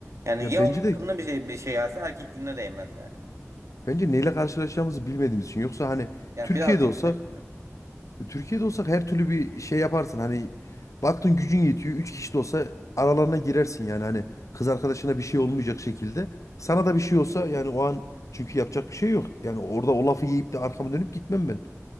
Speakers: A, on the right; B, on the left.
A: Yani
B: Ya
A: ya
B: bence
A: onun
B: de
A: kılına bir şey bir şey gelse erkekliğine değmez yani.
B: bence neyle karşılaşacağımızı bilmediğimiz için. Yoksa hani
A: Yani
B: Türkiye'de
A: birazcık
B: olsak
A: öyle.
B: E, Türkiye'de olsak her türlü bir şey yaparsın. Hani baktın gücün yetiyor. Üç kişi de olsa aralarına girersin yani. Hani kız arkadaşına bir şey olmayacak şekilde. Sana da bir şey olsa yani o an çünkü yapacak bir şey yok. Yani orada o lafı yiyip de arkama dönüp gitmem ben.